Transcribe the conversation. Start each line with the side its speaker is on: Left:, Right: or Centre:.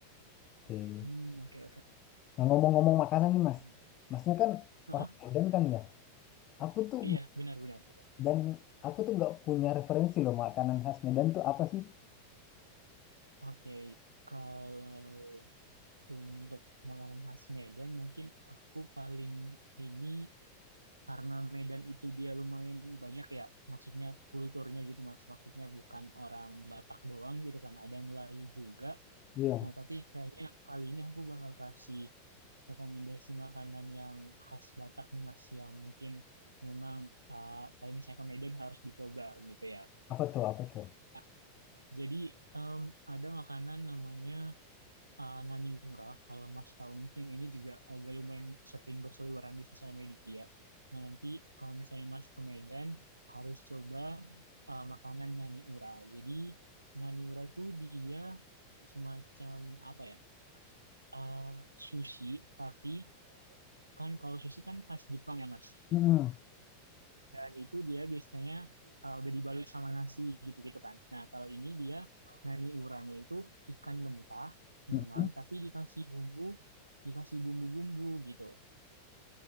Left: Oke.
Right: Hmm, oke, oke.
Left: Nah ngomong-ngomong makanan
Right: Oke.
Left: nih Mas, Masnya kan
Right: Ah,
Left: orang Medan kan ya. Aku tuh
Right: iya, benar benar benar.
Left: dan aku tuh nggak punya referensi loh makanan khas Medan tuh apa sih?
Right: Oke, kalau untuk makanan khas Medan mungkin aku paling ini karena Medan itu dia lumayan banyak ya maksudnya kulturnya gitu mas maksudnya bukan orang Batak doang gitu kan ada Melayu juga
Left: Iya.
Right: nah tapi kayaknya kali ini aku bakal kasih rekomendasi makanan yang khas Batak nih mas yang mungkin memang uh, kalau misalnya ke Medan harus dicoba gitu ya
Left: Apa tuh? Apa tuh?
Right: Nah, jadi em, ada makanan namanya eh, Nani Murah, kalau Mas tahu mungkin ini juga agak lumayan sering berseliweran di sosial media. Nah, nanti kalau misalnya Mas ke Medan, harus coba eh, makanan Nani Murah. Jadi, Nani Murah itu dia semacam apa ya? eh, sushi, tapi kan kalau sushi kan khas Jepang ya, Mas
Left: Mm-mm.
Right: dan itu dia biasanya uh, udah dibalut sama nasi gitu-gitu kan. Nah, kalau ini dia nani uranya itu ikan mentah memang
Left: Mm-mm.
Right: tapi dikasih bumbu dikasih bumbu-bumbu gitu.